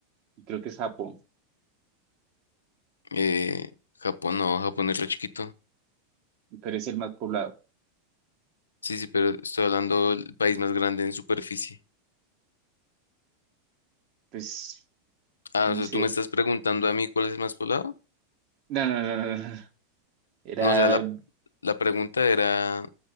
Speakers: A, on the right (about 45°); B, on the left (about 80°).
A: Creo que es Japón,
B: eh, Japón no, Japón es re chiquito.
A: pero es el más poblado.
B: Sí, sí, pero estoy hablando del país más grande en superficie.
A: Pues,
B: Ah,
A: no
B: o sea,
A: sé.
B: tú me estás preguntando a mí cuál es el más poblado.
A: No, no, no, no, no. no. Era,
B: No, o sea, la, la pregunta era